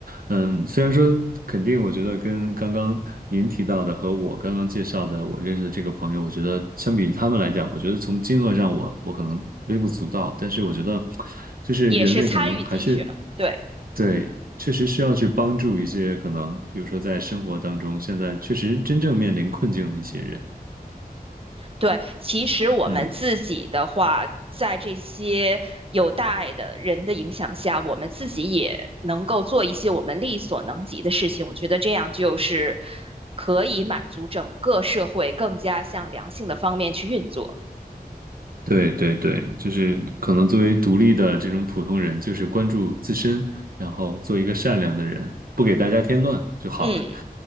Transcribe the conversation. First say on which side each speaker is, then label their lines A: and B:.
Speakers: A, on the right; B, on the right.
A: 嗯，虽然说肯定，我觉得跟刚刚您提到的和我刚刚介绍的我认识的这个朋友，我觉得相比于他们来讲，我觉得从金额上我我可能微不足道，但是我觉得就是人类可能还是
B: 也是参与进去了，对。
A: 对，确实需要去帮助一些可能，比如说在生活当中现在确实真正面临困境的一些人。
B: 对，其实我们自己的话，
A: 嗯，
B: 在这些有大爱的人的影响下，我们自己也能够做一些我们力所能及的事情。我觉得这样就是可以满足整个社会更加向良性的方面去运作。
A: 对对对，就是可能作为独立的这种普通人，就是关注自身，然后做一个善良的人，不给大家添乱就好了。
B: 嗯，